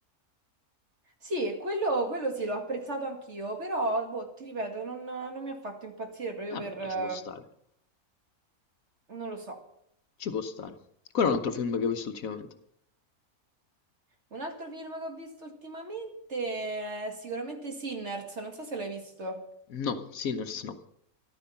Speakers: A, on the right (about 50°); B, on the left (about 70°).
A: Sì, quello, quello sì, l'ho apprezzato anch'io, però boh, ti ripeto, non, non mi ha fatto impazzire proprio
B: Vabbè,
A: per...
B: ma
A: eh,
B: ci può stare,
A: non lo so.
B: ci può stare. Quello è un altro film che ho visto ultimamente.
A: Un altro film che ho visto ultimamente è sicuramente Sinners, non so se l'hai visto.
B: No, Sinners no.